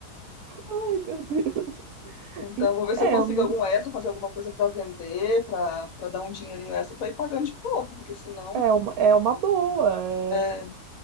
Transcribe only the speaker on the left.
Então, vou ver
se eu consigo
algum extra, fazer alguma coisa pra vender, pra pra dar um dinheirinho extra pra ir pagando de pouco, porque senão.
É,